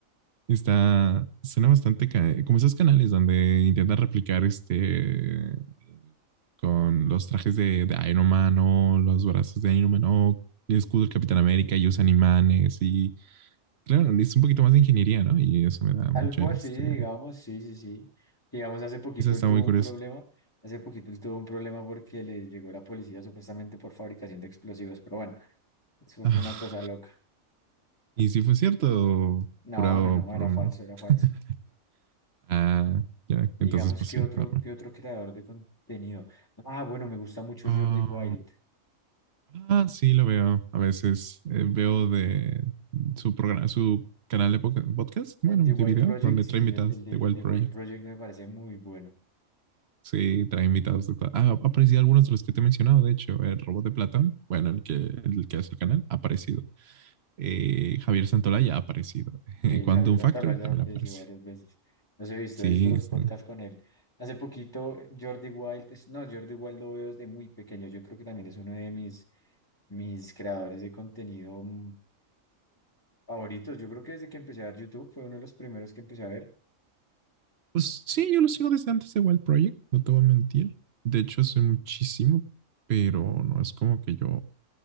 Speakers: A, on the right; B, on the left.
A: Está, suena bastante ca- como esos canales donde intentan replicar este con los trajes de, de Iron Man o los brazos de Iron Man o el escudo del Capitán América y usan imanes y claro, es un poquito más de ingeniería, ¿no? Y eso me da
B: Algo
A: mucha, este,
B: así, digamos, sí, sí, sí. Digamos, hace poquito
A: eso está
B: él tuvo
A: muy
B: un
A: curioso.
B: problema, hace poquito él tuvo un problema porque le llegó la policía supuestamente por fabricación de explosivos, pero bueno, eso
A: Ah,
B: fue una cosa loca.
A: y si fue cierto,
B: No,
A: pura,
B: no, no,
A: puro-
B: era falso, era falso.
A: <laughs> ah, ya,
B: Digamos,
A: entonces pues
B: que
A: sí,
B: otro,
A: normal.
B: qué otro creador de contenido? Ah, bueno, me gusta mucho
A: Ah,
B: Jordi Wild.
A: Ah, sí, lo veo. A veces eh, veo de su programa, su canal de poca- podcast, bueno,
B: El de Wild
A: de video,
B: Project,
A: donde
B: sí,
A: trae invitados
B: el, el de,
A: de
B: el
A: Wild
B: de
A: Project.
B: Wild Project me parece muy bueno.
A: Sí, trae invitados de... ta- Ah, ha aparecido algunos de los que te he mencionado, de hecho, el robot de Platón, bueno, el que, el que hace el canal, ha aparecido. Eh, Javier Santolaya ha aparecido. <laughs>
B: Sí,
A: Quantum
B: Javier Santaolalla
A: Factor también
B: ya apareció
A: aparece.
B: varias veces. Los he visto,
A: Sí,
B: he visto los
A: sí.
B: podcasts con él. Hace poquito Jordi Wild, es- no, Jordi Wild lo veo desde muy pequeño. Yo creo que también es uno de mis, mis creadores de contenido mm, favoritos. Yo creo que desde que empecé a ver YouTube fue uno de los primeros que empecé a ver.
A: Pues sí, yo lo sigo desde antes de Wild Project, no te voy a mentir. De hecho, hace muchísimo, pero no es como que yo,